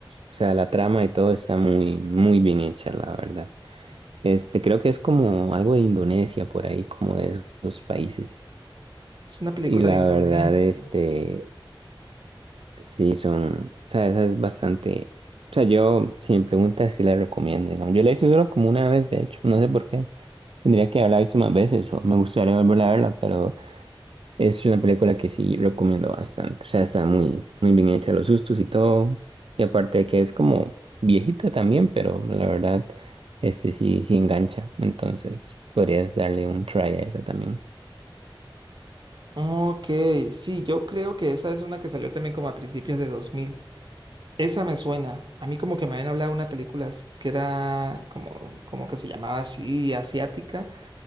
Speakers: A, on the right (about 85°); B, on the right (about 55°).
A: O sea, la trama y todo está muy, muy bien hecha, la verdad. Este, creo que es como algo de Indonesia por ahí, como de esos, esos países.
B: Es una película
A: Y la
B: de Indonesia.
A: verdad, este, Sí, son, o sea, esa es bastante, o sea, yo, si me preguntas, sí la recomiendo, digamos. Yo la hice solo como una vez, de hecho, no sé por qué. Tendría que haberla visto más veces o me gustaría volver a verla, pero es una película que sí recomiendo bastante. O sea, está muy, muy bien hecha, los sustos y todo. Y aparte de que es como viejita también, pero la verdad, este sí, sí engancha. Entonces, podrías darle un try a esa también.
B: Ok, sí, yo creo que esa es una que salió también como a principios de 2000. Esa me suena. A mí como que me habían hablado de una película as- que era como, como que se llamaba así, asiática.